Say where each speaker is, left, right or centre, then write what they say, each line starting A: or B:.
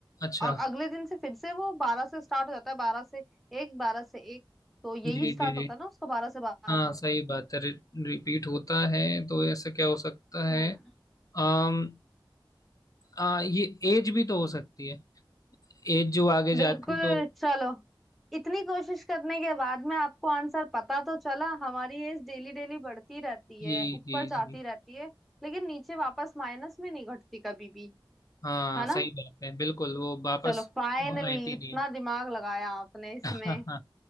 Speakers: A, on the left (about 45°); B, in the centre.
A: अच्छा
B: और अगले दिन से फिर से वो बारह से स्टार्ट हो जाता है बारह से एक बारह से एक तो यही
A: जी
B: स्टार्ट
A: जी जी
B: होता है ना उसका बारह से बारह
A: हाँ
B: का
A: सही बात है रिपीट होता है तो ऐसा क्या हो सकता है
B: हम्म
A: अम आ, ये एज भी तो हो सकती है एज जो आगे जाती
B: बिल्कुल
A: तो
B: चलो इतनी कोशिश करने के बाद में आपको आंसर पता तो चला हमारी एज डेली डेली बढ़ती रहती
A: जी
B: है ऊपर
A: जी
B: जाती
A: जी
B: रहती है लेकिन नीचे वापस माइनस में नहीं घटती कभी भी
A: हाँ
B: है
A: सही
B: ना
A: बात है बिल्कुल वो वापस
B: चलो फाइनली
A: आती
B: इतना
A: नहीं है
B: दिमाग लगाया आपने इसमें
A: <laughs>